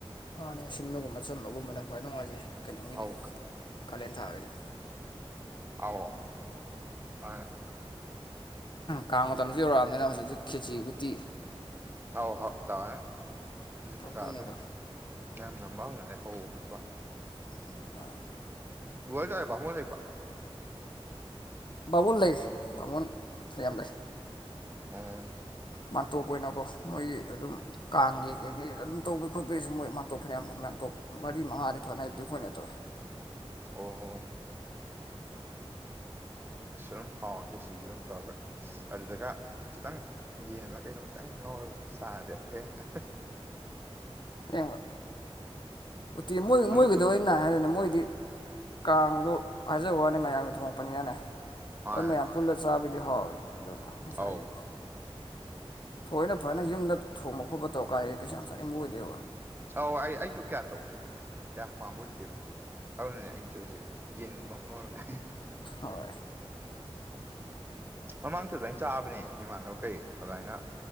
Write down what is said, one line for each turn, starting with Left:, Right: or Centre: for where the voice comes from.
Left: ꯑꯥ ꯑꯁꯤꯟꯕꯒꯨꯝꯕ ꯆꯟꯝꯕꯒꯨꯝꯕꯅ ꯈ꯭ꯋꯥꯏ ꯅꯨꯡꯉꯥꯏꯖꯩ ꯀꯩꯅꯣꯒꯤꯗꯤ
Right: ꯑꯧ
Left: ꯀꯥꯂꯦꯟ ꯊꯥꯒꯤꯗꯤ
Right: ꯑꯣ ꯑ
Left: ꯀꯥꯡ ꯃꯇꯝꯖ ꯦ ꯌꯧꯔꯛꯑꯕꯅꯤꯅ ꯍꯧꯖꯤꯛ ꯍꯧꯖꯤꯛ ꯈꯦꯠꯁꯤ ꯎꯠꯇꯤ
Right: ꯂꯥꯎꯑꯣ ꯍꯥꯎ ꯇꯥꯔꯅꯦ ꯍꯧꯖꯤꯛ
Left: ꯇꯧꯗꯣꯏꯅꯤꯗꯣ
Right: ꯀꯩꯀꯥ ꯑꯗꯨꯝ ꯃꯤꯌꯥꯝꯅ ꯃꯥꯎꯅꯔꯦ ꯍꯧꯕ ꯈꯣꯠꯄ
Left: ꯏ <inaudible>
Right: ꯅ ꯣꯏ ꯑꯗꯥꯏ ꯚꯥꯃꯣꯟ ꯂꯩꯕꯔꯣ
Left: ꯕꯥꯃꯣꯟ ꯂꯩ ꯕꯥꯃꯣꯟ ꯐꯅꯌꯥꯝ ꯂꯩ
Right: ꯎꯝ
Left: ꯃꯥꯟꯇꯣꯞ ꯑꯣꯏꯅꯀꯣ ꯃꯣꯏꯒꯤ ꯑꯗꯨꯝ ꯀꯥꯡꯒꯤ ꯀꯩꯒꯤꯩ ꯑꯗꯨꯝ ꯇꯧꯕꯩ ꯈꯣꯠꯄꯩꯒꯤꯁꯨ ꯃꯣꯏ ꯃꯥꯇꯣꯞ ꯐꯅꯌꯥꯝ ꯃꯇꯣꯞ ꯃꯔꯤ ꯃꯉꯥꯗꯤ ꯐꯅ ꯑꯦꯛꯇꯤ ꯑ ꯣꯏꯅ ꯇꯧꯏ
Right: ꯑꯣ ꯍꯣ ꯁꯨꯝ ꯍꯥꯎꯅ ꯈꯔꯦꯁꯤꯁꯨ ꯑꯗꯨꯝ ꯇꯧꯔꯒ ꯑꯗꯨꯗꯒ ꯈꯤꯇꯪ ꯌꯦꯟꯂ ꯀꯩꯅꯣ ꯈꯤꯇꯪ ꯉꯧꯔꯒ ꯑꯃꯨꯛ ꯆꯥꯔꯗꯤ ꯑꯃꯨꯛꯀ ꯍꯅ
Left: ꯌꯦꯡꯕ ꯎꯇꯤ ꯃꯣꯏ
Right: ꯍꯟꯗꯛꯁꯨ
Left: ꯃꯣꯏꯒꯤꯗ ꯅꯥ ꯍꯥꯏꯗꯨꯅ ꯃꯣꯏꯗꯤ ꯀꯥꯡꯗꯣ ꯍꯥꯏꯖꯕ ꯋꯥꯅꯤ ꯃꯌꯥꯡꯒꯤ ꯊꯣꯡꯉꯛꯄꯅꯤꯅꯅꯦ
Right: ꯑꯥ
Left: ꯍꯣꯏ ꯃꯌꯥꯝ ꯄꯨꯜꯂ ꯆꯥꯕꯗꯤ ꯍꯥꯎꯋꯦ ꯑꯗꯨꯒ ꯉꯁꯥꯏꯒꯤ
Right: ꯑꯧ
Left: ꯊꯣꯏꯅ ꯐꯖꯅ
Right: ꯑꯗꯨꯅ
Left: ꯌꯨꯝꯗ ꯊꯣꯡꯕ ꯈꯣꯠꯄ ꯇꯧꯔ ꯀꯥꯏꯗꯦ ꯀꯩꯁꯨ ꯌꯥꯝ ꯆꯥꯅꯤꯡꯕ ꯑꯣꯏꯗꯦꯕ
Right: ꯑꯧ ꯑꯩ ꯑꯩꯁꯨ ꯀꯌꯥ ꯇꯧꯗꯦ ꯀꯌꯥ ꯄꯥꯃꯣꯏꯗꯦꯕ ꯑꯗꯨꯅꯅꯦ ꯑꯩꯅ ꯆꯨꯁꯦ ꯌꯦꯟꯒꯨꯝꯕ ꯑꯃ ꯉꯧꯔꯒ
Left: ꯍꯣꯏ
Right: ꯃꯃꯥꯡꯁꯨ ꯑꯗꯨꯃꯥꯏꯩꯅ ꯆꯥꯕꯅꯦ ꯏꯃꯥꯟꯅꯕ ꯀꯩ ꯑꯗꯨꯃꯥꯏꯅ